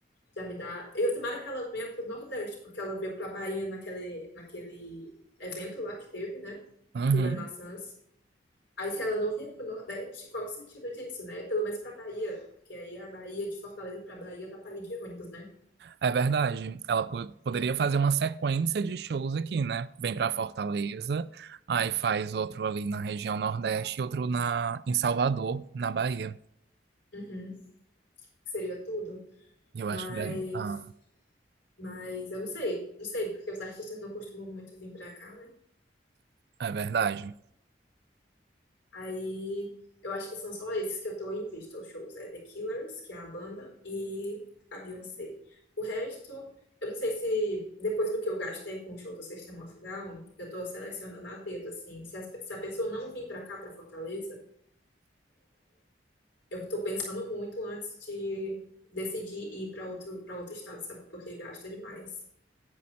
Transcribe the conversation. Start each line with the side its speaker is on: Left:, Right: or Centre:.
Left: já me dá. Eu tomara que ela venha pro Nordeste, porque ela veio pra Bahia naquele, naquele evento lá que teve, né?
Right: Uhum.
Left: do Renaissance. Aí, se ela não vier pro Nordeste, qual o sentido disso, né? Pelo menos pra Bahia, porque aí a Bahia, de Fortaleza pra Bahia, dá pra ir de ônibus, né?
Right: É verdade. Ela po- poderia fazer uma sequência de shows aqui, né? Vem para Fortaleza, aí faz outro ali na região Nordeste e outro na, em Salvador, na Bahia.
Left: Uhum, seria tudo.
Right: E Eu
Left: Mas,
Right: acho que daí- ah,
Left: mas eu não sei, não sei, porque os artistas não costumam muito vir pra cá, né?
Right: é verdade.
Left: Aí eu acho que são só esses que eu tô em vista, os shows. É The Killers, que é a banda, e a Beyoncé. O resto, eu não sei se depois do que eu gastei com o show do System of a Down, eu tô selecionando a dedo, assim. Se a, se a pessoa não vir pra cá, pra Fortaleza, eu tô pensando muito antes de decidir ir pra outro, para outro estado, sabe? Porque gasta demais.